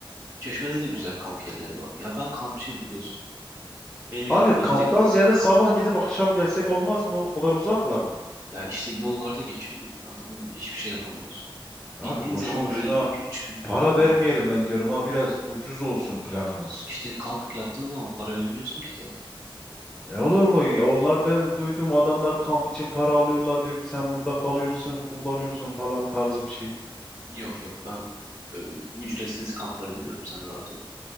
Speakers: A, on the right; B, in the centre.
A: Çeşme'de de güzel kamp yerleri var. Ya ben kampçıyım biliyorsun. Benim yanıma
B: Abi
A: gelecekten
B: kamptan ziyade
A: kamp.
B: sabah gidip akşam gelsek olmaz mı? O kadar uzaklar mı?
A: Ya işte yollarda geçiyor günün anladın mı? Hiçbir şey yapamıyorsun. Gittiğin
B: Abi boşu
A: zaman
B: boşuna
A: böyle iki üç gün.
B: para
A: Ya
B: vermeyelim ben diyorum ha biraz ucuz olsun planımız.
A: işte kamp yaptığın zaman para vermiyorsun ki zaten.
B: E olur mu? Ya Onlar ben duydum adamlar kamp için para alıyorlar diyor ki sen burada kalıyorsun, kullanıyorsun falan tarzı bir şey.
A: Yok yok ben e, ücretsiz kampları biliyorum sen rahat ol.